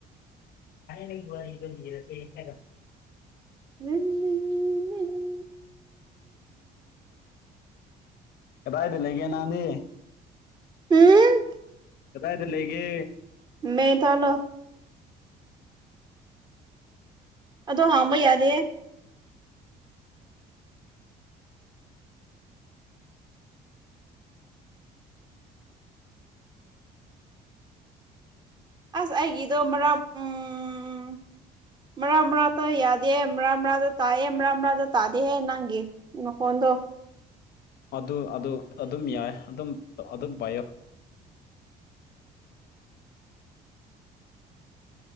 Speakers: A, on the left (about 70°); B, on the right (about 25°).
A: ꯊꯥꯏꯅꯒꯤ ꯋꯥꯔꯤꯗꯣ ꯂꯤꯔꯁꯦ ꯍꯥꯏꯒ
B: <unintelligible>
A: ꯀꯗꯥꯏꯗ ꯂꯩꯒꯦ ꯅꯪꯗꯤ
B: ꯎꯝ
A: ꯀꯗꯥꯏꯗ ꯂꯩꯒꯦ
B: ꯃ‌ꯦꯊꯜꯂꯣ ꯑꯗꯣ ꯍꯪꯕ ꯌꯥꯗꯦ ꯑꯁ ꯑꯩꯒꯤꯗꯣ ꯃꯔꯥꯝ ꯎꯝ
A: <inaudible>
B: ꯃꯔꯛ ꯃꯔꯛ ꯌꯥꯗꯦ ꯃꯔꯛ ꯃꯔꯛ ꯇꯥꯏꯌꯦ ꯃꯔꯛ ꯃꯔꯛꯇ ꯇꯥꯗꯦꯍꯦ ꯅꯪꯒꯤ ꯅꯈꯣꯟꯗꯣ
A: ꯑꯗꯨ ꯑꯗꯨ ꯑꯗꯨꯝ ꯌꯥꯏ ꯑꯗꯨꯝ ꯑꯗꯨꯝ ꯄꯥꯏꯌꯣ